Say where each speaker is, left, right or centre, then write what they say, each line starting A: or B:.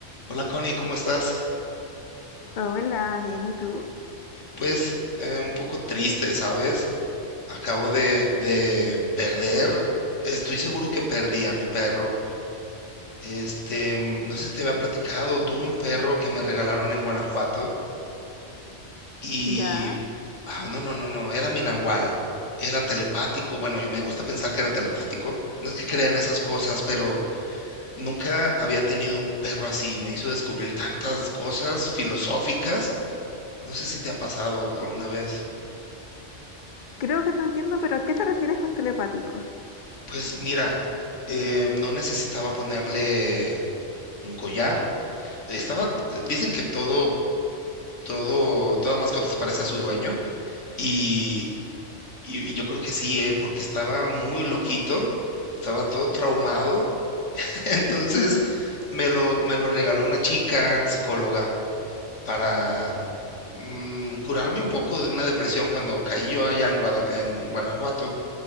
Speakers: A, on the left; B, on the left.
A: Hola Connie, ¿cómo estás?
B: Hola, bien, ¿y tú?
A: Pues eh, un poco triste, ¿sabes? Acabo de, de perder, estoy seguro que perdí a mi perro. Este, mm, no sé si te había platicado, tuve un perro que me regalaron en Guanajuato y...
B: Ya.
A: ah, no, no, no, no, era mi nahual, era telepático, bueno, yo me gusta pensar que era telepático, no es que crea en esas cosas, pero nunca había tenido un perro así, me hizo descubrir tantas cosas filosóficas, no sé si te ha pasado alguna vez.
B: Creo que te entiendo, pero ¿a qué te refieres con telepático?
A: Pues mira, eh, no necesitaba ponerle un collar. eh, Estaba, eh, dicen que todo, todo, toda mascota se parece a su dueño y, y- y yo creo que sí, eh, porque estaba muy loquito, estaba todo traumado. <laughs> Entonces
B: <laughs>
A: me lo, me lo regaló una chica psicóloga para mm, curarme un poco de una depresión cuando caí yo allá en Guada- en Guanajuato